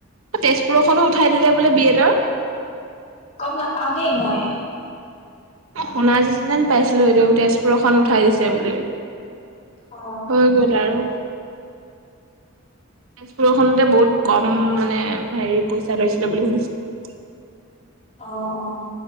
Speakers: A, on the right; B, on the left.
A: তেজপুৰখনো উঠাই দিলে বোলে, বি এডৰ।
B: গম নাপাওঁ দেই মই।
A: মই শুনা যেন পাইছিলো সেইটো, তেজপুৰখন উঠাই দিছে বুলি।
B: অ
A: হৈ গ'ল আৰু।
B: <inaudible>
A: তেজপুৰখনতে বহুত কম মানে, হেৰি পইচা লৈছিলে বুলি শুনিছো।
B: অ'! অ'!